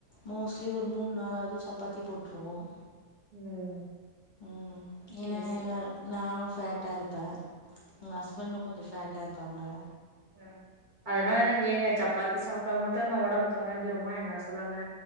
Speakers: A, on the left; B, on the right.
A: மோஸ்ட்லி ஒரு மூணு நாளாவது சப்பாத்தி போட்ருவோம்
B: ம்
A: உம்
B: சரி
A: ஏன்னா
B: சரி
A: எல்ல நானும் ஃபேட்டா இருப்பேன் எங்க ஹஸ்பண்டும் கொஞ்சம் ஃபேட் டர்பங்கா
B: உஹம் அதனால நாங்க ஏங்க சப் பத்தி சாப்பிட்டா மட்டும் ந உடம்பு கொறஞ்சுடுமா என்ன சொல்லுங்க